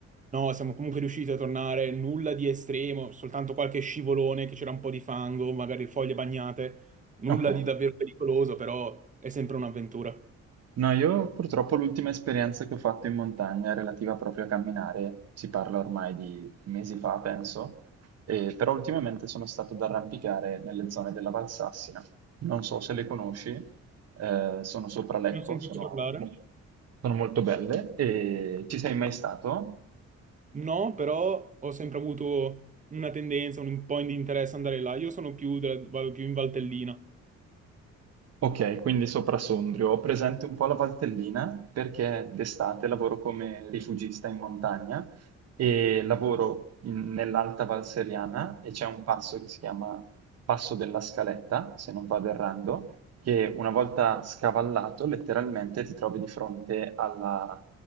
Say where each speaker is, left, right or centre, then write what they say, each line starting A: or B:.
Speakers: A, on the right; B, on the right.
A: No, siamo comunque riusciti a tornare, nulla di estremo, soltanto qualche scivolone che c'era un po' di fango, magari foglie bagnate, nulla
B: Ok.
A: di davvero pericoloso, però è sempre un'avventura.
B: No, io purtroppo l'ultima esperienza che ho fatto in montagna è relativa proprio a camminare, si parla ormai di mesi fa, penso, e- però ultimamente sono stato ad arrampicare nelle zone della Valsassina. Non so se le conosci, eh, sono sopra Lecco,
A: Non ho sentito
B: sono,
A: parlare?
B: mo- sono molto belle. E ci sei mai stato?
A: No, però ho sempre avuto una tendenza, un po' di interesse ad andare là. Io sono più, della- vado più in Valtellina.
B: Ok, quindi sopra Sondrio. Ho presente un po' la Valtellina perché d'estate lavoro come rifugista in montagna e lavoro in- nell'Alta Val Seriana e c'è un passo che si chiama Passo della Scaletta, se non vado errando, che una volta scavallato letteralmente ti trovi di fronte alla,